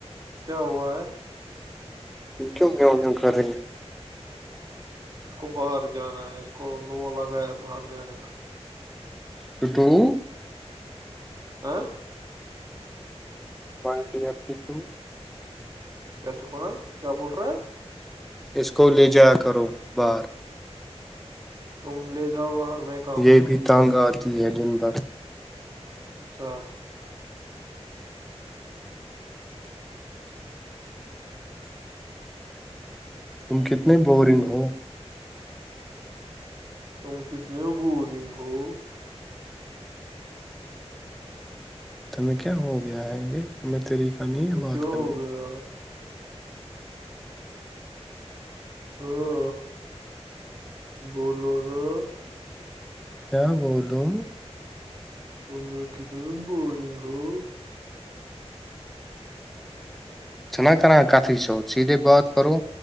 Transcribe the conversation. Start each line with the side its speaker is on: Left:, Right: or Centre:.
Right: کیاوا
Centre: انکو میو د خ رہیںے
Right: اس کو باہر جانا ہے اس کو لوا لگا ہے باہر جانے کا
Centre: تو توو
Right: آ
Centre: ون ڈر کی ٹو
Right: کیسکناا کیا بول رہا ہے
Centre: اس کو لے جا کرو باہر
Right: تم لے جاؤ باہر میں کہاں
Centre: یہ
Right: ہوتا ہوں
Centre: بھی
Right: یہاں
Centre: ٹانگ آتی ہے دن بھر
Right: اچھا
Centre: تم کتنے بورنگ ہو
Right: تم کتنے بورنگ ہو
Centre: تمہیں کیا ہو گیا ہے یہ تمہیں ترییکہ نہیں
Right: تمہیں
Centre: ہے بات
Right: کیا ہو
Centre: کرنی
Right: گیا ہاں بولو نا
Centre: کیا بولوں
Right: تو میں ک دم بورورنگ ہو
Centre: چنا کرنا کااتھی سے سیدھے بات کرو